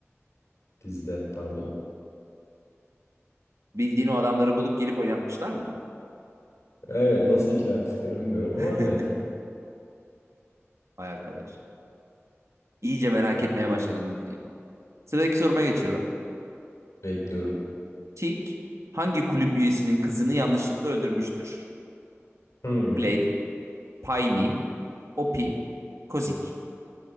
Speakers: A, on the left (about 75°); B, on the right (about 75°).
A: dizide, pardon.
B: Bildiğin o adamları bulup gelip oynatmışlar mı?
A: Evet nasıl ikna ettiklerini bilmiyorum
B: <laughs>
A: ama evet
B: Vay arkadaş. İyice merak etmeye başladım diziyi. Sıradaki soruma geçiyorum.
A: bekliyorum.
B: Tik hangi kulüp üyesinin kızını yanlışlıkla öldürmüştür?
A: Hmm.
B: Play, Piney, Opie, Kozik.